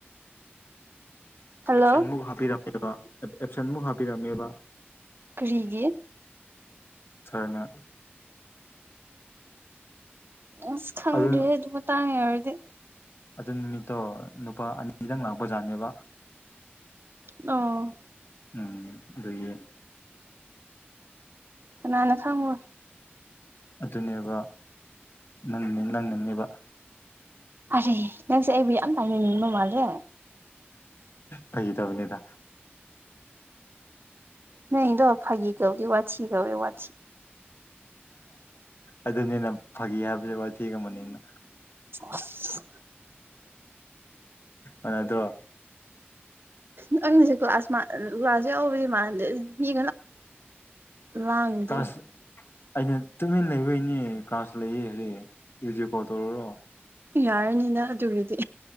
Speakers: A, on the right; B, on the left.
A: ꯍꯜꯂꯣ
B: ꯑꯦꯞꯁꯟ ꯃꯨꯛ ꯍꯥꯞꯄꯤꯔꯝꯃꯦꯕ ꯑꯦꯞꯁꯟꯃꯨꯛ ꯍꯥꯞꯄꯤꯔꯝꯃꯦꯕ
A: ꯀꯔꯤꯒꯤꯦ
B: ꯁꯔꯅ
A: ꯑꯁ ꯈꯪꯗ꯭ꯔꯦ
B: ꯑꯗꯨꯅ
A: ꯑꯗꯨ ꯃꯇꯥꯡ ꯍꯥꯏꯎꯔꯗꯤ
B: ꯑꯗꯨ ꯅꯨꯃꯤꯠꯇꯣ ꯅꯨꯄꯥ ꯑꯅꯤꯗꯪ ꯂꯥꯛꯄꯖꯥꯠꯅꯦꯕ
A: ꯑ
B: ꯎꯝ ꯑꯗꯒꯤ
A: ꯀ ꯅꯅ ꯈꯥꯉ
B: ꯑꯗꯨꯅꯦꯕ ꯅꯪ ꯅꯪꯒꯅꯦꯕ
A: ꯑꯔꯦ ꯅꯪꯁꯦ ꯑꯩꯕꯨ ꯌꯥꯝ ꯇꯥꯏꯅꯤꯡꯅꯤꯡꯕ ꯃꯥꯜꯂꯦ
B: ꯐꯩꯗꯕꯅꯤꯗ
A: ꯅꯗ ꯐꯥꯒꯤ ꯀꯧꯗ ꯋꯥ ꯀꯧꯋꯦ ꯋꯥ
B: ꯑꯗꯨꯅꯤꯅ ꯐꯥꯒꯤ ꯍꯥꯏꯕ ꯋꯥ ꯊꯤ ꯀꯃꯅꯤꯅ
A: ꯑꯁ
B: ꯑꯗꯨ ꯅꯠꯇ꯭ꯔꯣ
A: ꯅꯪꯒꯤꯁꯦ ꯀ꯭ꯂꯥꯁ ꯀ꯭ꯂꯥꯁ ꯌꯥꯎꯕꯗꯤ ꯃꯥꯟꯗꯦ ꯃꯤ ꯂꯥꯡꯗꯤ
B: ꯀ꯭ꯂꯥꯁ ꯑꯩꯅ ꯇꯨꯃꯤꯟ ꯂꯩꯕꯩꯅꯦ ꯀ꯭ꯂꯥꯁ ꯂꯩꯌꯦ ꯍꯧꯖꯤꯛ ꯔꯗꯤꯑꯣ ꯀꯣꯜ ꯇꯧꯔꯔꯣ
A: ꯌꯥꯔꯅꯤꯅ ꯑꯗꯨꯒꯤꯗꯤ